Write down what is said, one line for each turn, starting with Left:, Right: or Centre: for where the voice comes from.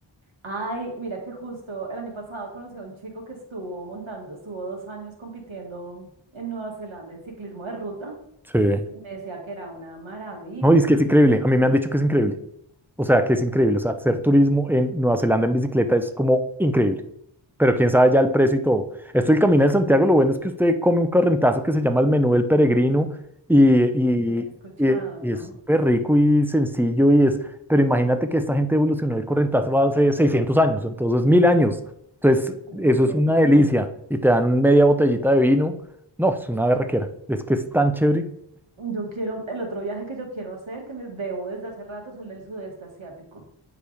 Right: Ay, mira que justo el año pasado conocí a un chico que estuvo montando, estuvo dos años compitiendo en Nueva Zelanda en ciclismo de ruta
Centre: Sí.
Right: y me decía que era una maravilla,
Centre: No, dice que es increíble. A mí me han dicho que es increíble. O sea, que es increíble. O sea, hacer turismo en Nueva Zelanda en bicicleta es como increíble. pero quién sabe ya el precio y todo. Esto del Camino de Santiago, lo bueno es que usted come un correntazo que se llama el menú del peregrino y,
Right: Así he
Centre: y,
Right: escuchado,
Centre: y- y
Right: ¿no?
Centre: es súper rico y sencillo y es, pero imagínate que esta gente evolucionó el correntazo hace 600 años, entonces mil años. Entonces,
Right: También
Centre: eso
Right: Estoy
Centre: es
Right: en el
Centre: una
Right: corriente.
Centre: delicia y te dan media botellita de vino. No, es una berraquera. Es que es tan chévere
Right: Yo quiero, el otro viaje que yo quiero hacer, que me debo desde hace rato, es el del sudeste asiático.